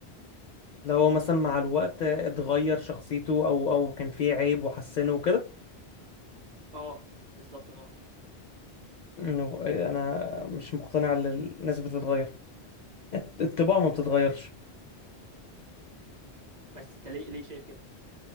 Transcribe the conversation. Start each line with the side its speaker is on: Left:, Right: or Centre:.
Left: لو مثلا مع الوقت اتغير شخصيته او او كان فيه عيب وحسنه وكده
Right: اه بالظبط اه
Left: انه انا مش مقتنع ان الناس بتتغير الط- الطباع ما بتتغيرش
Right: بس انت ليه ليه شايف كده